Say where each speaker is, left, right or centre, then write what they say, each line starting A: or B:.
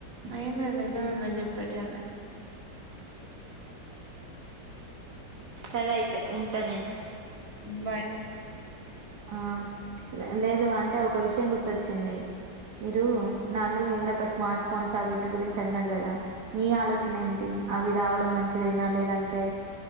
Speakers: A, on the right (about 50°); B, on the right (about 65°).
A: ఏం లేదు నిజమే మీరు చెప్పెటివి అన్ని
B: సరే అయితే ఉంటా నేను
A: బాయ్
B: ఆ లేదు అంటే ఒక విషయం గుర్తొచ్చింది మీరు నార్మల్ గా ఇందాక స్మార్ట్ ఫోన్స్ అ వీటి గురించి అన్నారు కదా మీ ఆలోచన ఏంటి అవి రావడం మంచిదేనా లేదంటే